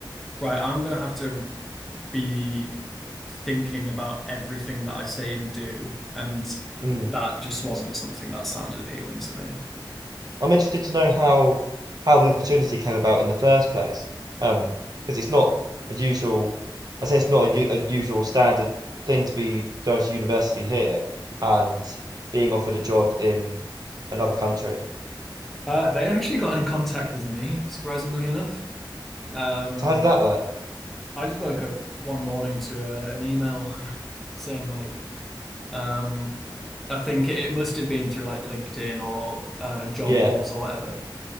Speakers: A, in the centre; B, on the right.
A: right, I'm gonna have to. be thinking about everything that I say and do, and
B: Mm.
A: that just wasn't something that sounded appealing to me.
B: I'm interested to know how how the opportunity came about in the first place. Um, because it's not a usual, I say it's not a, u- a usual standard thing to be going to university here and being offered a job in another country.
A: Uh, they actually got in contact with me, surprisingly enough. Um,
B: So how did that work?
A: I just woke up one morning to uh, an email <laughs> saying like, um, I think it must have been through like LinkedIn or uh, job
B: Yeah,
A: boards or whatever.